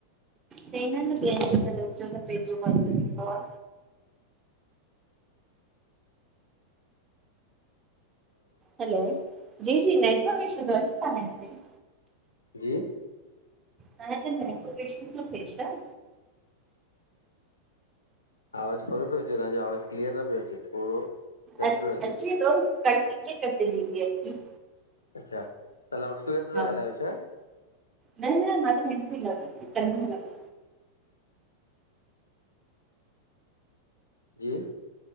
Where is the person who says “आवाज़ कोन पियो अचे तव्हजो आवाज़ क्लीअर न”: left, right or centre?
Left